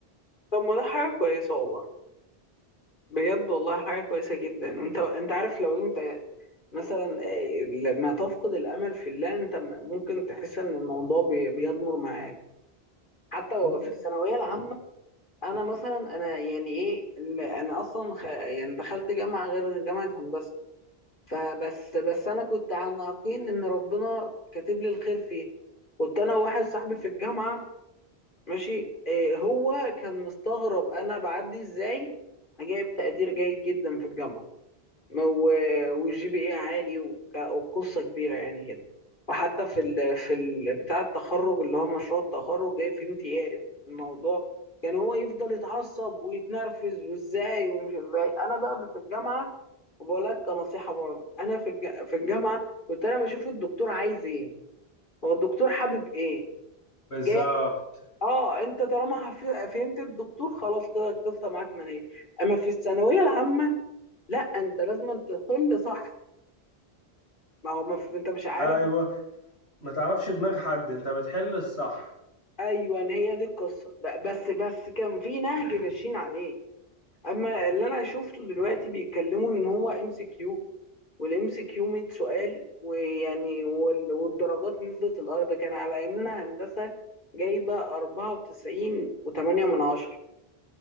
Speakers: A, on the left; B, on the left.
A: طب ما ده حاجه كويسه والله بجد والله حاجه كويسه جدا انت انت عارف لو انت مثلا آه، لما تفقد الامل في الله انت م- ممكن تحس ان الموضوع بي- بيضمر معاك حتى
B: عارفهم
A: في الثانويه العامه انا مثلا انا يعني ايه ال- انا اصلا خ... يعني دخلت جامعه غير جامعه هندسه فبس بس انا كنت على يقين ان ربنا كاتب لي الخير فيه كنت انا وواحد صاحبي في الجامعه ماشي إيه هو كان مستغرب انا بعدي ازاي انا جايب تقدير جيد جدا في الجامعه ما- و- والجي بي اي عالي وك- وقصة كبيرة يعني كده وحتى في ال في ال بتاع التخرج اللي هو مشروع التخرج جاي فيه امتياز الموضوع كان هو يفضل يتعصب ويتنرفز وازاي ومش ازاي انا بقى في الجامعة وبقول لك كنصيحة برضه انا في الج- في الجامعة كنت انا بشوف الدكتور عايز ايه هو الدكتور حابب ايه
B: بالظبط
A: جاي اه انت طالما هف- فهمت الدكتور خلاص كده القصة معاك منية اما في الثانوية العامة لا انت لازم تحل صح ما هو مف... انت مش عارف
B: ايوه ما تعرفش دماغ حد انت بتحل الصح
A: ايوه ان هي دي القصه ب- بس بس كان في نهج ماشيين عليه اما اللي انا شفته دلوقتي بيتكلموا ان هو ام سي كيو والام سي كيو 100 سؤال ويعني وال... والدرجات نزلت الارض كان على ايامنا هندسه جايبه 94 و8 من 10